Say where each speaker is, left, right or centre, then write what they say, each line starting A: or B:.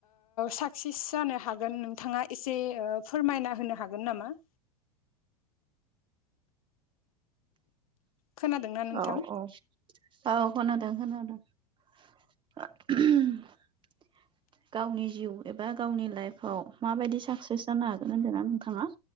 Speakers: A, on the left; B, on the right.
A: साक्सिस जानो हागोन नोंथाङा एसे फोरमायना होनो हागोन नामा? खोनादोंना नोंथां?
B: औ औ औ खोनादों खोनादों। <inaudible>
A: <inaudible>
B: गावनि जिउ एबा गावनि लाइफाव माबायदि साक्सेस जानो हागोन होनदोना नोंथाङा?